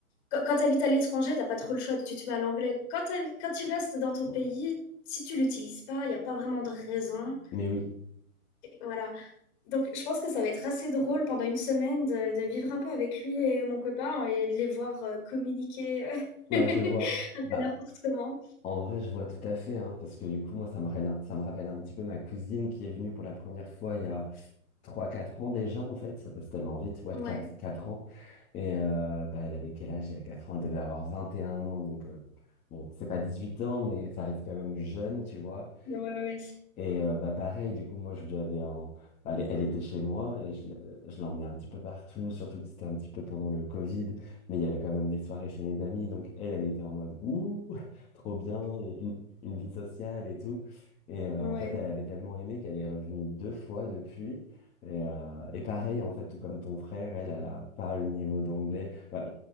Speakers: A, on the left; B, on the left.
A: Quand, quand tu habites à l'étranger, t'as pas trop le choix, tu te mets à l'anglais. Quand, t'as- quand tu restes dans ton pays, si tu l'utilises pas, il n'y a pas vraiment de raison.
B: Mais oui,
A: Voilà. Donc, je pense que ça va être assez drôle pendant une semaine de, de vivre un peu avec lui et mon copain et de les voir euh, communiquer euh, <laughs>
B: ouais,
A: un
B: je vois. Bah,
A: peu n'importe comment.
B: en vrai, je vois tout à fait, hein, parce que du coup, moi, ça me, rela- ça me rappelle un petit peu ma cousine qui est venue pour la première fois il y a trois, quatre ans déjà, en fait. Ça passe tellement vite, ouais,
A: Ouais,
B: 4, 4 ans. Et euh, bah, elle avait quel âge? Il y a 4 ans, elle devait avoir 21 ans. Donc, euh, bon, c'est pas 18 ans, mais ça reste quand même jeune, tu vois.
A: ouais, ouais.
B: Et euh, bah pareil, du coup, moi, je lui avais un... Elle, elle était chez moi et je, l'e- je l'emmenais un petit peu partout, surtout que c'était un petit peu pendant le Covid, mais il y avait quand même des soirées chez mes amis. Donc, elle, elle était en mode, ouh, <laughs> trop bien, une, une vie sociale et tout. Et euh,
A: Ouais,
B: en fait, elle avait tellement aimé qu'elle est revenue deux fois depuis. Et, euh, et pareil, en fait, tout comme ton frère, elle, elle a pas le niveau d'anglais. Bah,